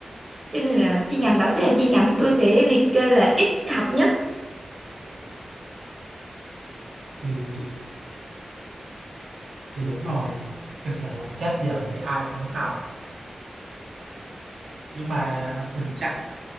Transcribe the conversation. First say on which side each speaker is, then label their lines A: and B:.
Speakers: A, on the right (about 20°); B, on the right (about 85°).
A: cho nên là chi nhánh đó sẽ là chi nhánh tôi sẽ liệt kê là ít học nhất
B: thì thì đúng rồi cơ sở vật chất giờ thì ai lại muốn học nhưng mà Bình Chánh